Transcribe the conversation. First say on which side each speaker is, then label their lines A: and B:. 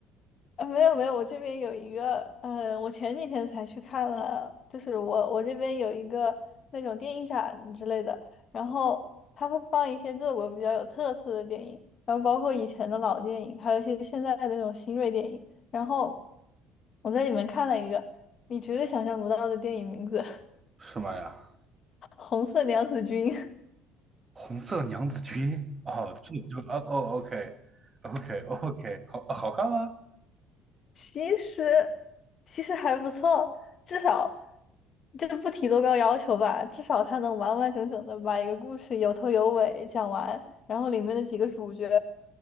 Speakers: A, on the left; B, on the right.
A: 呃，没有没有，我这边有一个，嗯，我前几天才去看了，就是我我这边有一个那种电影展之类的，然后它会放一些各国比较有特色的电影，然后包括以前的老电影，还有一些现在的那种新锐电影，然后我在里面看了一个你绝对想象不到的电影名字，<laughs>
B: 什么呀？
A: 《红色娘子军》
B: 红色娘子军？哦，这就啊哦，OK，OK，OK，好好看吗？
A: 其实其实还不错，至少这不提多高要求吧，至少他能完完整整的把一个故事有头有尾讲完，然后里面的几个主角